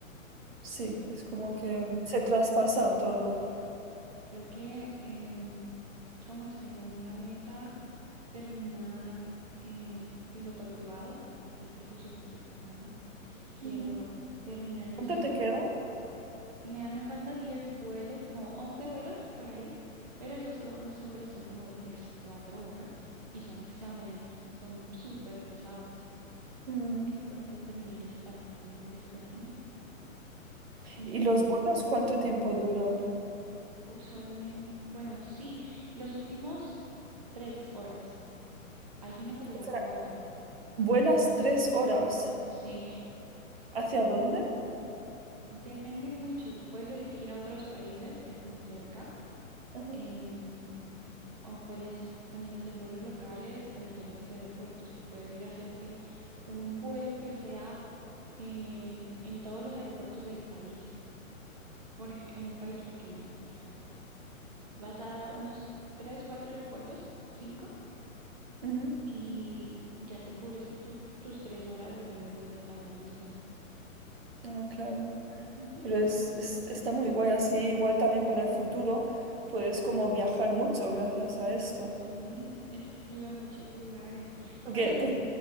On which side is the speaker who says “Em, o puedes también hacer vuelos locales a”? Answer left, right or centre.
Right